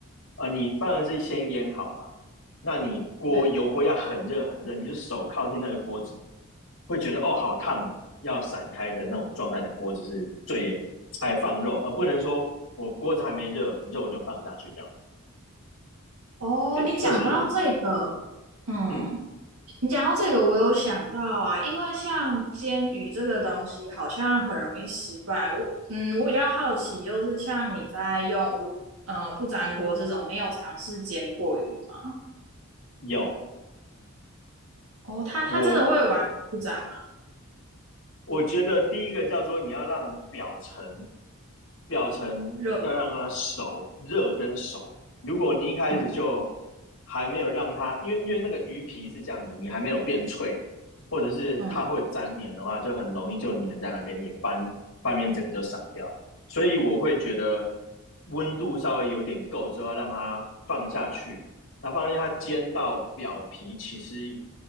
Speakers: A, on the left; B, on the right.
A: 呃，你当然是先腌好嘛，那你锅油锅要很热很热，
B: 对。
A: 你就手靠近那个锅子，会觉得哦好烫，要散开的那种状态的锅子是最才放肉，而不能说我锅子还没热，肉就放下去这样。
B: 哦，
A: 对，
B: 你讲到这个，
A: 这是
B: 嗯，
A: 嗯
B: 你讲到这个，我有想到啊，因为像煎鱼这个东西，好像很容易失败。我嗯，我比较好奇，就是像你在用如呃不粘锅这种，你有尝试煎过鱼吗？
A: 有
B: 哦，它它真的会完全不粘吗？
A: 我我觉得第一个叫做你要让表层，表层要让它熟，
B: 热，
A: 热跟熟。如果你一开始就
B: 嗯
A: 还没有让它，因为因为那个鱼皮是这样子，你还没有变脆，或者是它会粘黏的话，
B: 嗯
A: 就很容易就黏在那边，你翻翻面整个就散掉了。所以我会觉得温度稍微有点够之后，让它放下去，那放下去它煎到表皮，其实